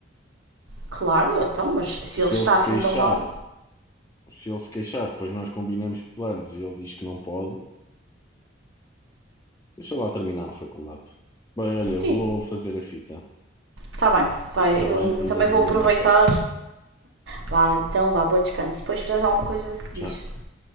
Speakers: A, on the right; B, on the left.
A: Claro, então, mas se
B: Se
A: ele está
B: ele se
A: assim
B: queixar,
A: tão mal,
B: se ele se queixar, depois nós combinamos planos e ele diz que não pode, deixa lá terminar a faculdade. Bem, olha,
A: sim,
B: vou fazer a fita,
A: tá bem, vai,
B: tá
A: eu
B: bem? E
A: também
B: vou dormir
A: vou aproveitar.
B: uma sesta.
A: Vá, então, vá, bom descanso. Depois, se precisares de alguma coisa,
B: Tchau.
A: diz.